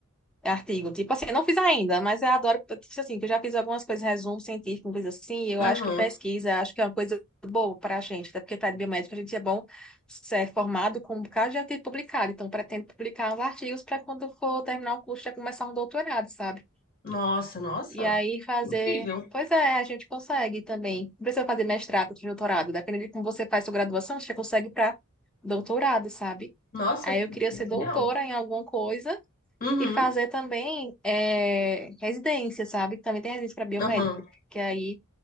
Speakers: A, in the centre; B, on the left.
A: É artigo. Tipo assim, eu não fiz ainda, mas eu adoro, tipo assim, que eu já fiz algumas coisas, resumo científico, uma coisa assim, e eu
B: Aham.
A: acho que pesquisa, acho que é uma coisa boa para a gente, até porque tá de biomédica, a gente é bom ser formado com um bocado de artigo publicado, então pretendo publicar uns artigos para quando for terminar o curso já começar um doutorado, sabe?
B: Nossa, nossa,
A: E aí fazer.
B: incrível.
A: Pois é, a gente consegue também. Não precisa fazer mestrado, doutorado, dependendo de como você faz sua graduação, você já consegue para doutorado, sabe?
B: Nossa,
A: Aí eu queria
B: genial.
A: ser doutora em alguma coisa
B: Uhum,
A: e fazer também é, residência, sabe? Também tem residência para biomédico,
B: aham.
A: que aí